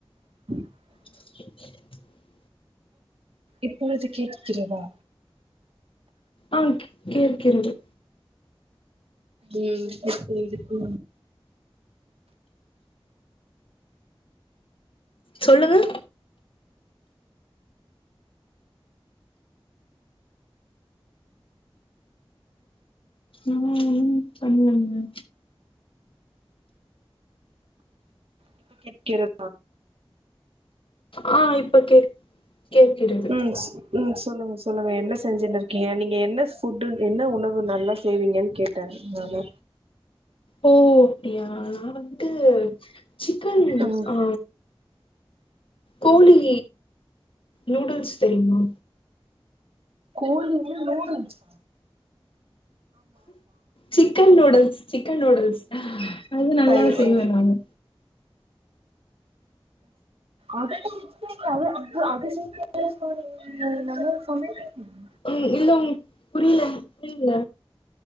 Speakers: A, on the right (about 80°); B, on the left (about 65°).
A: <unintelligible>
B: <inaudible>
A: இப்பொழுது கேட்டுக்கிறதா
B: ஆங் கேக் கேட்கிறது
A: ம் இப்ப வந்துட்டு
B: சொல்லுங்க உம் பண்ணலாங்க
A: இப்ப கேடக்கிறா
B: ஆ இப்ப கே கேட்கிறது
A: ம் ஸ் ம் ஸ் சொல்லுங்க சொல்லுங்க என்ன செஞ்சுன்னு இருக்கீங்க நீங்க என்ன புட்என்ன உணவு நல்லா செய்வீங்கன்னு கேட்டேன் நானு
B: ஓ அப்டியா நான வந்டு சிக்கன்
A: ம்
B: ஆ கோழி நூடுல்ஸ் தெரியுமா
A: கோழி noodles
B: chicken noodles chicken noodles அது நல்லா
A: சரி
B: செய்வேன்
A: சரி
B: நானு
A: அது அது அ அது <unintelligible>
B: உம் இல்ல உ புரியல புரியல